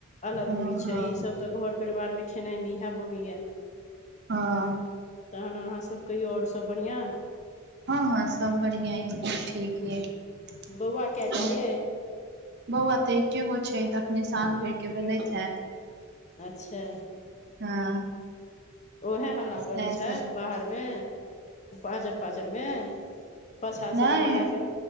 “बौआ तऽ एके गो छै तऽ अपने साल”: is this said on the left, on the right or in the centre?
Right